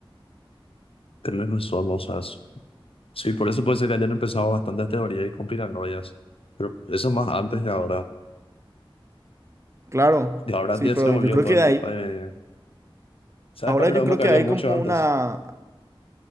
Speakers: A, on the left; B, on the right.
A: tenés razón, o sea, s- sí, por eso puede ser que hayan empezado bastantes teorías y conspiranoias. Pero eso más antes de ahora.
B: Claro,
A: Y ahora
B: sí,
A: ya
B: pero
A: se volvió
B: yo creo
A: todo
B: que
A: el tema
B: hay,
A: de ¿Sabes
B: ahora
A: cuál era
B: yo
A: uno
B: creo
A: que
B: que
A: había
B: hay
A: mucho
B: como
A: antes?
B: una...